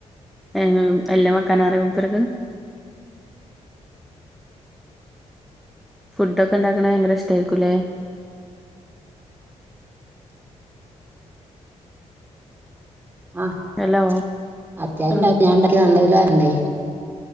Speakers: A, in the centre; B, on the right.
A: ഐ എല്ലും വക്കനാറിയോ മൂപ്പർക്ക് ഫുഡ് ഒക്കെ ഉണ്ടാക്കണ ഭയങ്കര ഇ്ടമായിരിക്കൂല്ലേ
B: ആഹ്
A: ഹലോ
B: <unintelligible> ഞൻ
A: ആ
B: ഉണ്ടാക്കി നന്നായില പറയണ്ടെ